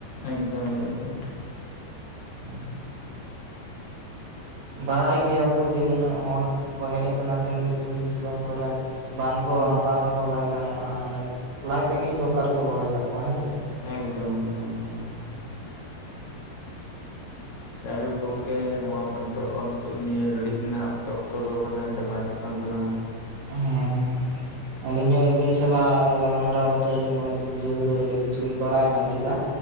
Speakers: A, on the left; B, on the right.
A: ᱮᱠᱫᱚᱢ ᱮᱠᱫᱚᱢ
B: <inaudible> ᱵᱟᱲᱟᱭ ᱜᱮᱭᱟ ᱠᱚ ᱡᱮ ᱱᱩᱱᱟᱹᱜ ᱦᱚᱲ ᱠᱚ ᱦᱮᱡ ᱟᱠᱟᱱᱟ ᱥᱟᱺᱜᱤᱧ ᱥᱟᱺᱜᱤᱧ ᱫᱤᱥᱚᱢ ᱠᱚ ᱨᱮᱱ ᱵᱟᱝ ᱠᱚ
A: ᱦᱩᱸ
B: ᱦᱟᱛᱟᱣ ᱨᱮ ᱦᱚᱸ ᱵᱟᱭ ᱜᱟᱱᱚᱜᱼᱟ ᱢᱟᱱᱮ ᱞᱟᱡ ᱨᱮᱸᱜᱮᱡ ᱫᱚ ᱚᱠᱟ ᱨᱮ ᱠᱚ ᱫᱚᱦᱚᱭ ᱛᱟᱠᱚᱣᱟ ᱦᱮᱸ ᱥᱮ
A: ᱮᱠᱫᱚᱢ ᱮᱠᱫᱚᱢ ᱮᱠᱫᱚᱢ ᱡᱟᱭ ᱦᱳᱠ ᱜᱚᱝᱠᱮ ᱱᱚᱣᱟ ᱱᱤᱛᱳᱜ <unintelligible> ᱱᱤᱭᱟᱹ ᱜᱷᱟᱹᱲᱤᱡ ᱨᱮᱱᱟᱜ ᱚᱠᱛᱚ ᱚᱠᱛᱚ ᱫᱚ ᱢᱟᱱᱮ ᱪᱟᱵᱟ ᱦᱤᱡᱩᱜ ᱠᱟᱱ ᱛᱟᱞᱟᱝ-ᱟ
B: <unintelligible> ᱟᱹᱞᱤᱧ ᱦᱚᱸ ᱟᱹᱵᱤᱱ ᱥᱟᱞᱟᱜ ᱜᱟᱞᱢᱟᱨᱟᱣ ᱠᱟᱛᱮ ᱟᱹᱰᱤ ᱢᱚᱸᱡᱽ ᱞᱤᱧ ᱵᱩᱡᱷᱟᱹᱣ ᱠᱮᱫᱟ ᱟᱹᱰᱤ ᱠᱤᱪᱷᱩ ᱞᱤᱧ ᱵᱟᱲᱟᱭ ᱧᱟᱢ ᱠᱮᱫᱟ᱾